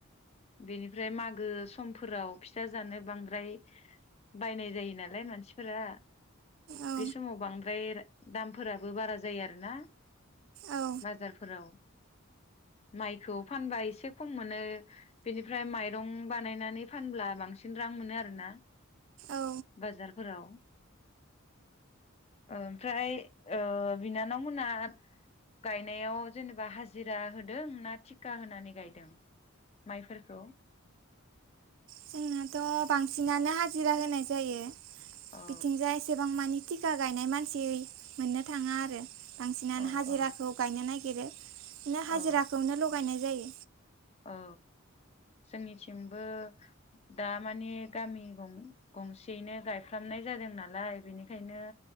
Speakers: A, on the left; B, on the right.
A: बेनिफ्राय मागो समफोराव फिथा जानो बांद्राय बायनाय जायो नालाय मानसिफोरा
B: औ
A: बे समाव बांद्राय दामफोराबो बारा जायो आरोना?
B: औ
A: बाजारफोराव माइखौ फानबा एसे खम मोनो बेनिफ्राय माइरं बानायनानै फानब्ला बांसिन रां मोनो आरोना?
B: औ
A: बाजारफोराव ओमफ्राय ओ बिनानावमोना गायनायाव जेनेबा हाजिरा हो दों ना थिखा होनानै गायदों माइफोरखौ?
B: जोंनाथ बांसिनानो हाजिरा होनाय जायो।
A: औ
B: बिथिंजाय एसेबां मानि थिखा गायनाय मानसि मोननो थाङा आरो। बांसिनानो
A: औ
B: हाजिराखौ
A: औ
B: गायनो नागिरो बिदिनो हाजिराखौनो
A: औ
B: लगायनाय जायो।
A: औ जोंनिथिंबो दा‌माने गामि गं गंसेयैनो गायफ्रामनाय जादों नालाय। बेनिखायनो